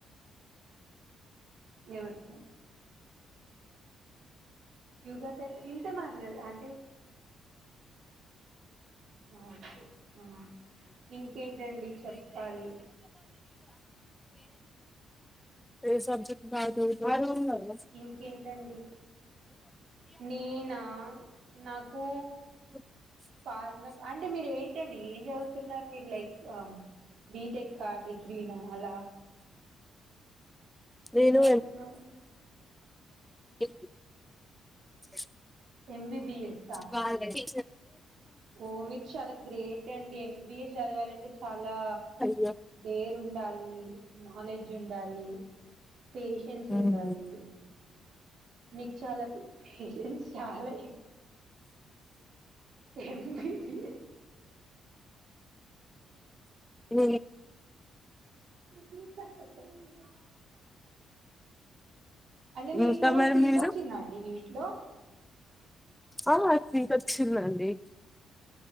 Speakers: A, on the right; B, in the centre.
A: ఎవరితో యుగా తెట్ ల ఇంతే మారలేదు. అంటే ఆ ఓకే ఆ ఇంకేంటండి చెప్పాలి.
B: ఏ సబ్జెక్ట్ బాగా చదువుతవు.
A: ఇంకేంటండి నేనా నాకు
B: <unintelligible>
A: ఫార్మ అంటే మీరు ఏంటండి ఏం చదువుతున్నారు. మీరు లైక్ బీటెక్ డిగ్రీనా అలా
B: నేను
A: ఇన్నే ఉంటున్నారు.
B: చె అ
A: ఎంబీబీఎస్
B: వాళ్లదే
A: ఓ మీరు చాలా గ్రేట్ అండి ఎంబిబిఎస్ చదవాలంటే చాలా
B: అయ్యో.
A: డేర్ ఉండాలి నాలెడ్జ్ ఉండాలి. Patience
B: um.
A: ఉండాలి. మీకు చాలా పేషన్స్ చాలా ఎక్కు ఎంబిబిఎస్.
B: ఉ
A: <unintelligible> అంటే మీకు
B: ఇంకా మరి
A: సీట్
B: మీరు
A: వచ్చిందా అండి నీటిలో
B: ఆ మాకు సీటు వచ్చిందండి.